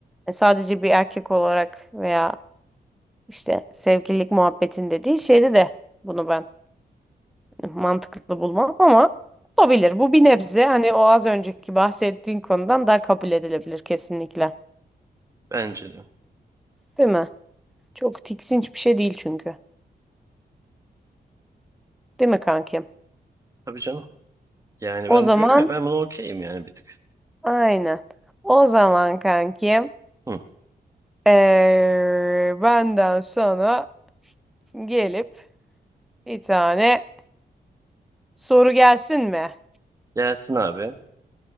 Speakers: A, in the centre; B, on the right (about 20°).
A: E, sadece bir erkek olarak veya işte sevgililik muhabbetinde değil şeyde de bunu ben mantıklı bulmam ama olabilir. Bu bir nebze hani o az önceki bahsettiğin konudan daha kabul edilebilir kesinlikle.
B: bence de.
A: Değil mi? Çok tiksinç bir şey değil çünkü. Değil mi kankim?
B: Tabii canım. Yani
A: O
B: ben
A: zaman
B: diyorum ya ben bunu okeyim yani bir tık.
A: Aynen. O zaman kankim
B: Hı.
A: eee, benden sonra gelip bir tane soru gelsin mi?
B: Gelsin abi.